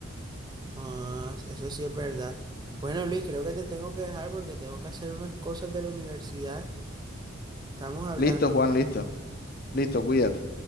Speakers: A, on the right; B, on the left.
A: Ah, eso sí es verdad. Bueno, Luis, creo que te tengo que dejar porque tengo que hacer unas cosas de la universidad. Estamos hablando.
B: Listo, Juan,
A: pues.
B: listo, listo, cuídate.